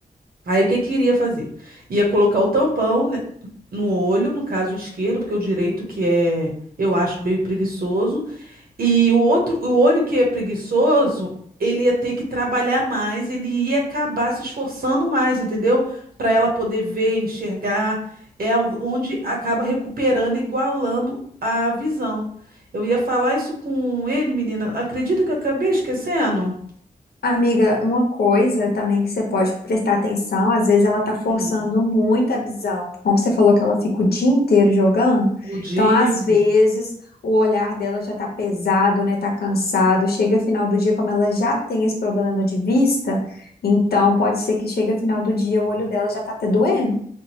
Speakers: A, on the right; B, on the left.
A: Aí o que que iria fazer? Ia colocar o tampão, né, no olho, no caso o esquerdo, porque o direito que é, eu acho meio preguiçoso, e o outro, o olho que é preguiçoso, ele ia ter que trabalhar mais, ele ia acabar se esforçando mais, entendeu? Para ela poder ver, enxergar, é o- onde acaba recuperando, e igualando a visão. Eu ia falar isso com ele, menina. Acredita que eu acabei esquecendo?
B: Amiga, uma coisa também que você pode prestar atenção, às vezes ela tá forçando
A: Hum.
B: muito a visão. Como você falou que ela fica o dia inteiro jogando,
A: O dia.
B: então às vezes o olhar dela já tá pesado, né? Tá cansado. Chega final do dia, como ela já tem esse problema de vista, então pode ser que chegue final do dia o olho dela já tá até doendo.